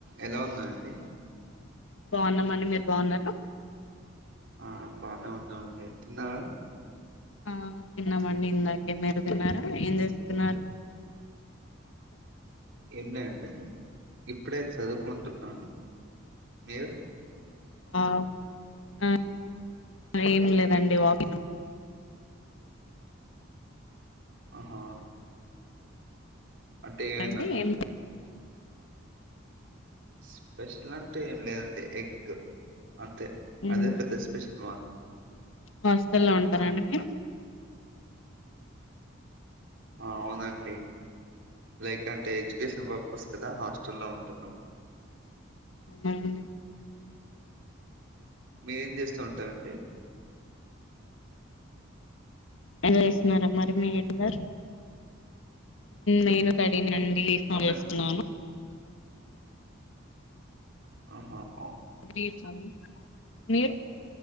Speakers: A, on the right; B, on the left.
A: ఎలా ఉన్న అండి
B: బాగున్నామ అండి మీరు బావున్నారా
A: ఆ బాగానే ఉన్నామండి తిన్నార
B: ఆ తిన్నామండి ఇందాకే మిరు తిన్నారా ఏం చేస్తున్నారు
A: ఏం లేదండి ఇప్పుడై చదువుకుంటున్నా మీరు
B: ఆ ఆ ఏమి లేదండి వాకింగ్ పైన
A: ఆహా అంటే
B: తిన్నారండి
A: ఏన్నా
B: ఏం
A: స్పెషల్ అంటే ఏం లేదండి ఎగ్ అంతే
B: ఉమ్
A: అదే పెద్ద స్పెషల్ మాకు
B: హాస్టల్లో ఉంటారా అండి మీరు
A: అవునండి లైక్ అంటే ఎడ్యుకేషన్ పర్పస్ త్తదా హాస్టల్లో ఉంటున్నాము
B: అవునండి
A: మీరేం చేస్తా ఉంటారండి
B: ఎంజాయ్ చేస్తున్నారా మరి మీ ఇద్దరు నేను స్టడీ నండి రిలీఫ్
A: అర్థం
B: చేస్తున్నాను
A: ఆహా ఓ
B: <unintelligible> మీరు